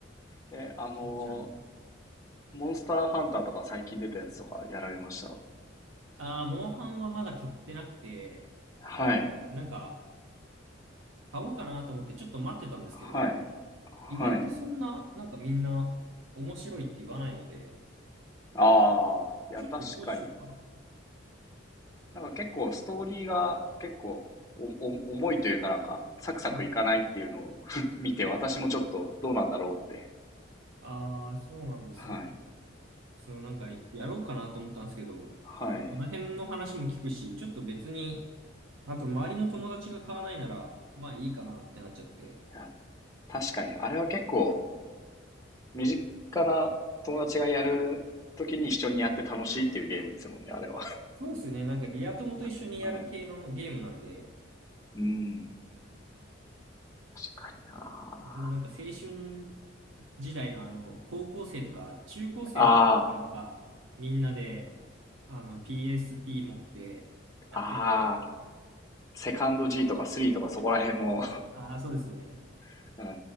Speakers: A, on the left; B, on the right.
A: え、あの
B: 気持ち悪いな。
A: ー、モンスターハンターとか最近出たやつとかやられました
B: ああ、モンハンはまだ買ってなくて、
A: はい。
B: なんか、買おうかなと思ってちょっと待ってたんですけど、
A: はい。はい。
B: 意外とそんな、なんかみんな面白いって言わないので、
A: ああ、いや、
B: ちょっとどうしようかな。
A: 確かに。なんか結構ストーリーが結構おお重いというかなんかサクサクいかないっていうのを
B: はい。
A: <laughs> 見て私もちょっとどうなんだろうって。
B: ああ、そうなんですね。
A: はい。
B: そのなんかやろうかなと思ったんですけど、
A: はい。
B: ちょっとこの辺の話も聞くし、
A: い
B: ちょっと別に、あと周りの友達が買わないなら、まあいいかなってなっちゃって。
A: や確かにあれは結構身近な友達がやるときに一緒にやって楽しいっていうゲームですもんね、あれは。
B: そうですよね。なんかリア友と一緒にやる系のゲームなんで、
A: <laughs> うん。うん。確かにな
B: でもなんか青春時代のあの、高校生とか中高生の、
A: あ
B: やっぱみんなで、あの、PSP 持ってやってたので、
A: あ、ああ、セカンド G とか3とかそこら辺の。
B: ああ、そうですね。
A: <laughs> うん。い